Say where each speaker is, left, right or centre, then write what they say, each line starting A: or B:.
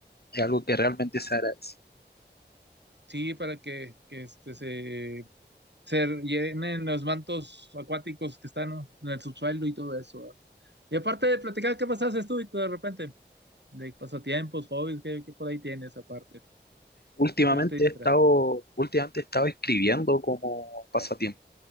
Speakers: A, on the left (about 60°); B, on the right (about 70°).
A: es algo que realmente se agradece.
B: sí, para que, que este se se llenen los mantos acuáticos que están en el subsuelo y todo eso. ¿verdad? Y aparte de platicar, ¿qué más haces tú y tú de repente? De pasatiempos, hobbies, ¿qué, qué por ahí tienes aparte?
A: Últimamente
B: ¿Con ¿Qué te distraes?
A: he estado, últimamente he estado escribiendo como pasatiempo.